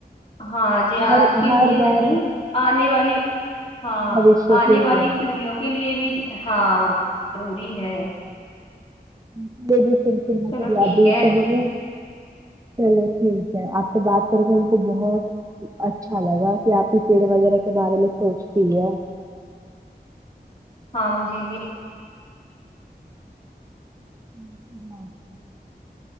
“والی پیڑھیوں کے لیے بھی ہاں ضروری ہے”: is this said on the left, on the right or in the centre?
Left